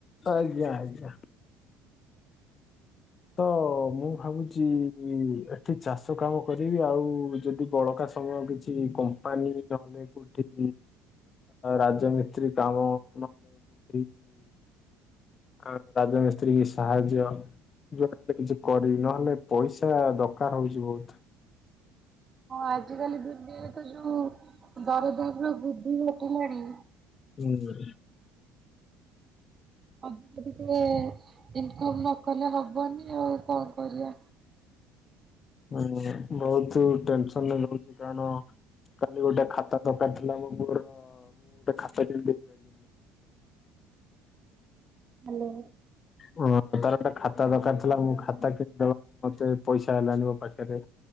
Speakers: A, on the left; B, on the right.
A: ଆଜ୍ଞା ଆଜ୍ଞା। ତ ମୁଁ ଭାବୁଛି ଏଠି ଚାଷ କାମ କରିବି ଆଉ ଯଦି ବଳକା ସମୟ କିଛି କମ୍ପାନୀ ନହେଲେ କୋଉଠି ରାଜମିସ୍ତ୍ରୀ କାମ ନ <unintelligible> ଆ ରାଜମିସ୍ତ୍ରୀକି ସାହାଯ୍ୟ ଯୁଆଡେ ହେଲେ କିଛି କରିବି ନହେଲେ ପଇସା ଦରକାର ହଉଛି ବହୁତୁ
B: ଆଜି କାଲି ଦୁନିଆରେ ତ ଯୋଉ ଦରଦାମ୍ ବୃଦ୍ଧି ଘଟିଲାଣି
A: ହୁଁ।
B: ହବୁ ଯଦି କିଏ ଇନକମ୍ ନକଲେ ହବନି ଆଉ କଣ କରିବା।
A: ହୁଁ ବହୁତ ଟେନସନ <unintelligible> ଲଉଛି କାନ କାଲି ଗୋଟେ ଖାତା ଦରକାର ଥିଲା ମୋ ପୁଅର ଗୋଟେ ଖାତା ଟିଏ ବି ଦେଇପାରି ଦେଲିନି
B: ହ୍ୟାଲୋ।
A: ହଁ ତାର ଗୋଟେ ଖାତା ଦରକାର ଥିଲା ମୁଁ ଖାତା କିଣିଦବା ମତେ ପଇସା ହେଲାନି ମୋ ପାଖରେ